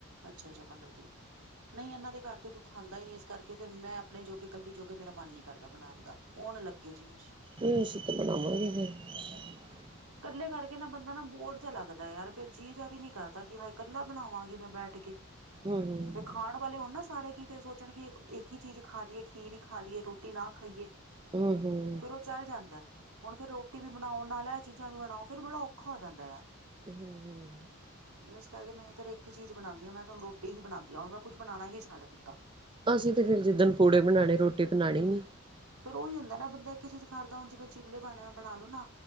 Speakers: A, on the right; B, on the right.
A: ਅੱਛਾ ਅੱਛਾ ਪੰਦਰਾਂ ਤਰੀਕ ਨਹੀਂ ਇਹਨਾਂ ਦੇ ਘਰ ਤੇ ਕੋਈ ਖਾਂਦਾ ਹੀ ਨਹੀਂ ਇਸ ਕਰਕੇ ਫ਼ਿਰ ਨਹੀਂ ਇਹਨਾਂ ਦੇ ਘਰ ਕੋਈ ਖਾਂਦਾ ਨਹੀਂ ਇਸ ਕਰਕੇ ਮੈਂ ਆਪਣੇ ਜੋਗੇ ਇਕੱਲੀ ਜੋਗੇ ਮੇਰਾ ਮਨ ਨੀ ਘਰ ਦਾ ਬਣਾਉਣ ਦਾ ਕ ਦਾ ਕੌਣ ਲੱਗੇ ਜੀ ਮਸ਼ੀਨ
B: ਨਹੀਂ ਅਸੀਂ ਤੇ ਬਣਾਵਾਂਗੇ ਫੇਰ <inaudible>
A: ਇਕੱਲੇ ਕਰਕੇ ਨਾ ਬੰਦਾ ਨਾ ਬੋਰ ਜੇਹਾ ਲੱਗਦਾ ਯਾਰ ਫਿਰ ਜੀਅ ਜਿਹਾ ਵੀ ਨਹੀਂ ਕਰਦਾ ਕਿ ਹਾਏ ਇਕੱਲਾ ਬਣਾਵਾਂਗੀ ਮੈਂ ਬੈਠ ਕੇ
B: ਹੂੰ ਹੂੰ
A: ਤੇ ਖਾਣਾ ਵਾਲੇ ਹੋੁਣ ਨਾ ਸਾਰੇ ਕਿ ਫਿਰ ਅਕਲ ਵਾਲੇ ਹੋਣ ਨਾ ਸਾਰੇ ਸੋਚਣ ਕੇ ਇੱਕ ਹੀ ਚੀਜ਼ ਖਾ ਲਈਏ ਖੀਰ ਹੀ ਖਾ ਲਈਏ ਰੋਟੀ ਨਾ ਖਾਈਏ
B: ਹਮ ਹਮ
A: ਫਿਰ ਉਹ ਚੱਲ ਜਾਂਦਾ ਹੁਣ ਫਿਰ ਰੋਟੀ ਵੀ ਚਲ ਜਾਂਦਾ ਹ ਰੋਟੀ ਵੀ ਬਣਾਓ ਨਾਲ ਇਹ ਚੀਜ਼ਾਂ ਵੀ ਬਣਾਓ ਫੇਰ ਬੜਾ ਔਖਾ ਹੋ ਜਾਂਦਾ ਯਾਰ
B: ਹਮ ਹਮ
A: ਇਸ ਕਰਕੇ ਮੈਂ ਫਰ ਇੱਕ ਚੀਜ਼ ਇਸ ਕਰਕੇ ਮੈਂ ਇੱਕ ਹੀ ਚੀਜ਼ ਬਣਾਉਂਦੀ ਆ ਮੈਂ ਤਾਂ ਹੁਣ ਰੋਟੀ ਹੀ ਬਣਾਉਦੀ ਹ ਮੈਂ ਕੁਝ ਬਣਾਉਣਾ ਹੀ ਛੱਡ ਦਿੱਤਾ
B: ਅਸੀਂ ਤੇ ਫੇਰ ਜਿੱਦਣ ਪੂੜੇ ਬਣਾਉਣੇ ਰੋਟੀ ਬਣਾਉਣੀ ਨੀ
A: ਫੇਰ ਉਹੀ ਹੁੰਦਾ ਨਾ ਬੰਦਾ ਇੱਕ ਹੀ ਚੀਜ਼ ਕਰਦਾ ਹੁਣ ਜਿਵੇਂ ਚੀਲੇ ਬਣਾ ਲਓ ਨਾ